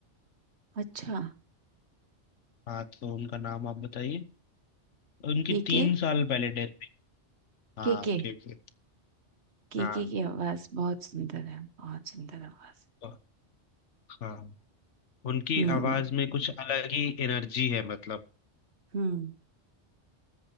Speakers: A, on the right; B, on the left.
A: अच्छा
B: हाँ तो उनका नाम आप बताइए उनकी
A: के
B: तीन
A: के
B: साल पहले डेथ हुई हाँ
A: के के
B: ठीक है
A: के
B: हाँ
A: के की आवाज बहुत सुंदर है बहुत सुंदर आवाज
B: तो- हाँ उनकी
A: हम्म
B: आवाज में कुछ अलग ही एनर्जी है मतलब
A: हम्म